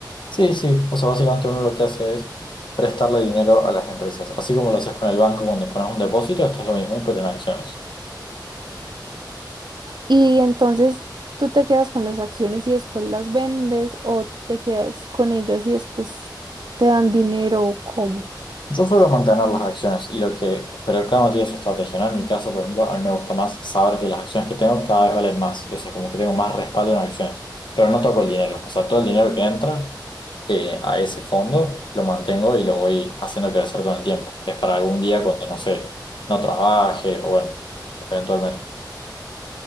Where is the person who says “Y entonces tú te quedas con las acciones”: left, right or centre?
Right